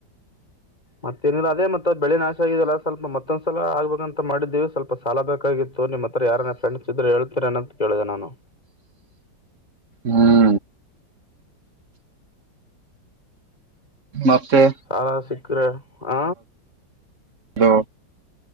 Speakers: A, on the left (about 20°); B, on the right (about 40°).
A: ಮತ್ತೇನಿಲ್ಲ ಅದೇ ಮತ್ತ ಬೆಳೆ ನಾಶ ಆಗಿದೆಲ್ಲ ಸ್ವಲ್ಪ ಮತ್ತೊಂದ್ಸಲ ಆಗ್ಬೇಕಂತ ಮಾಡಿದ್ದೀವಿ ಸ್ವಲ್ಪ ಸಾಲ ಬೇಕಾಗಿತ್ತು. ತೋ ನಿಮ್ಮ ಹತ್ರ ಯಾರ ಫ್ರೆಂಡ್ಸ್ ಇದ್ರ ಹೇಳ್ತಿರೇನ ಅಂತ ಕೇಳಿದೆ ನಾನು.
B: ಹ್ಮ ಮತ್ತೆ
A: ಹಾ ಸಿಕ್ಕರೆ ಹ.
B: ಅದು